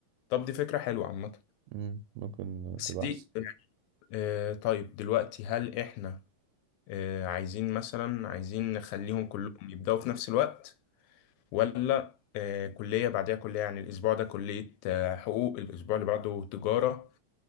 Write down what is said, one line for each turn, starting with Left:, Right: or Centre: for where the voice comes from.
Left: طب دي فكره حلوه عامه
Right: مم، ممكن
Left: بس
Right: تبقى
Left: دي
Right: أحسن
Left: آه، طيب دلوقتي هل احنا آه، عايزين مثلا عايزين نخليهم كلهم يبدأوا في نفس الوقت ولا آه، كلية بعدها كلية يعني الأسبوع ده كلية آه، حقوق الأسبوع اللي بعده تجارة